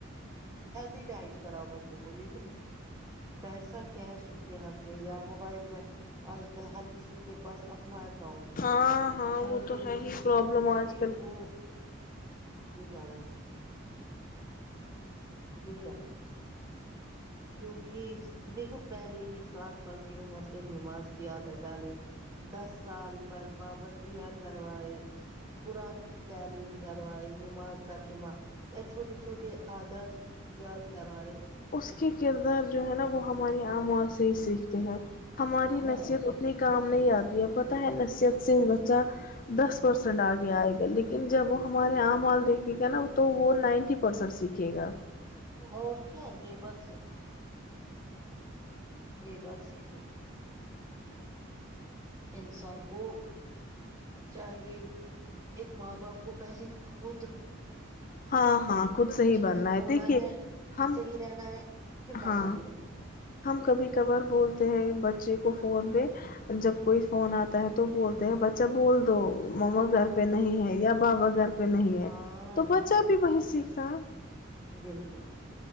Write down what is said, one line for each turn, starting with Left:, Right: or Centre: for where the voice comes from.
Right: ہیلدی ڈائٹ کراؤ بچے کو لیکن پیسہ کیش اس کے ہاتھ میں یا موبائل میں آج کل ہر کسی کے پاس اپنا اکاؤنٹ
Left: ہاں ہاں
Right: ایم
Left: وہ تو
Right: پے
Left: ہے
Right: جی
Left: ہی
Right: پے
Left: پرابلم
Right: کچھ
Left: آج
Right: پے
Left: کل
Right: وہ کی ل ا تھا ہے یہ گال ہے کیونکہ دیکھو پہلے ہی سات سال کی عمر پہ نماز کی عادت ڈالے دس سال پر پابندیاں کروائے قرآن کی تعلیم کروائے نماز ترجمہ یا چھوٹے چھوٹے عادت یاد کرا ہے
Left: اس کے کردار جو ہے نا وہ ہماری عاماں سے ہی سیکھتے ہیں ہماری نصیحت
Right: ہاں
Left: اتنی کام نہیں آتی ہے پت ہے نصیحت سے بچہ دس پرسینٹ آگے آئے گا لیکن جب وہ ہمارے آام آال دیکھے گا نا تو وہ نائنٹی پرسینٹ سیکھے گا
Right: اور کیا یہ بات صحی ہے یہ بات صحیح ہے انسان کو چاہیے ایک ماں باپ کو پہلے خود
Left: ہاں ہاں کھ صحیح
Right: ٹھیک
Left: بننا ہے
Right: ہونا
Left: دیکھیے ہم
Right: صحیح رہنا ہے پھر بچا
Left: ہاں
Right: بھی رہے گا
Left: ہم کبھی کبار بولتے ہیں بچے کو فون پہ جب کوئی فون آتا ہے تو بولتے ہیں بچہ بول دو مما گھر پہ نہیں ہے یا بابا گھر پہ پہ نہیں ہے
Right: ہاں
Left: تو بچہ بھی وہی سیکھ سات
Right: بالکل